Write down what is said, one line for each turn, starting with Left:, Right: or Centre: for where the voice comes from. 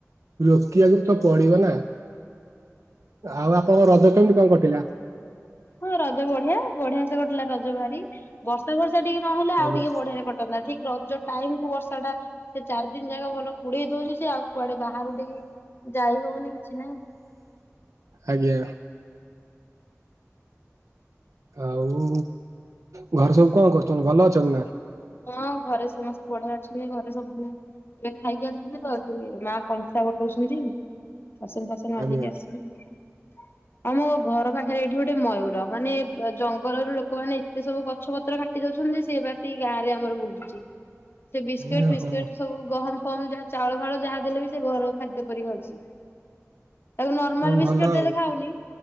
Right: ରୋକିବାକୁ ତ ପଡିବ ନା ଆଉ ଆପଣଙ୍କ ରଜ କେମିତି କଣ କଟିଲା?
Left: ହଁ ରଜ ବଢିଆ ବଢିଆ ସେ ଘଟିଲା ରଜ ଭାରି ବର୍ଷା ବର୍ଷା ଟିକେ ନହେଲେ ଆଉ
Right: ଆଜ୍ଞା
Left: ଟିକେ ବଢିଆ କଟନ୍ତା ଠିକ ରଜ ଟାଇମ କୁ ବର୍ଷା ଟା ସେ ଚାରି ଦିନ ଯାକ ଭଲ କୁଡେଇ ଦଉଛି ସେ ଆଉ କୁଆଡେ ବାହାରୁ ଟିକି ଯାଇ ହଉନି କିଛି ନାଇଁ
Right: ଆଜ୍ଞା ଆଉ ଘରେ ସବୁ କଣ କରୁଛନ୍ତି ଭଲ ଅଛନ୍ତି ନା
Left: ହଁ ଘରେ ସମସ୍ତେ ବଢିଆ ଅଛନ୍ତି ଘରେ ସବୁ ଏବେ ଖାଇକି ଆସିଥିଲେ ତ ସେମା କଂସା ଗୋଟଉଛନ୍ତି ବାସନ ଫାସ୍ ସେ ମାଜିକି
Right: ଆଜ୍ଞା
Left: ଆସିବେ ଆଉ। ଆମ ଘର ପାଖରେ ଏଇଠି ଗୋଟେ ମୟୂର ମାନେ ଜଙ୍ଗଲରୁ ଲୋକମାନେ ଏତେ ସବୁ ଗଛ ପତ୍ର କାଟ୍ କାଟି ଦଉଚନ୍ତି ସିଏ ଏବେ ଆସିକି ଗାଁ ରେ ଆମର ବୁଲୁଚି ସେ ବିସ୍କେଟ୍
Right: ଏ
Left: ଫିସ୍କେଟ୍
Right: ହଉ
Left: ସବୁ ଗହମ ଫହମ ଯାହା ଚାଉଳ ଫାଉଳ ଯାହା ଦେଲେ ବି ସେ ଘର ଖାଦ୍ୟ ପରି ଖାଉଚି। ତାକୁ ନର୍ମାଲ
Right: ହୁଁ,
Left: ବିସ୍କେଟ୍
Right: ଭଲ
Left: ଦେଲେ
Right: ଆଉ
Left: ଖାଉନି